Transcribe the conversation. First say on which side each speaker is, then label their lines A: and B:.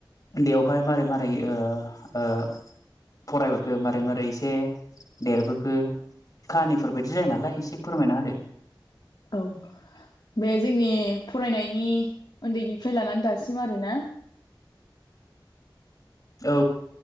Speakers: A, on the left; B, on the left.
A: ओन्दैयावहाय मारै मारै ओ ओ फरायबोखो मारै मारै इसे देरबोखो खाहनि फोर बायदि जायो नालाय इसे फोरमायना होदो।
B: औ बे जोंनि फरायनायनि उन्दैनिफ्राय लानानै दासिम आरोना
A: औ।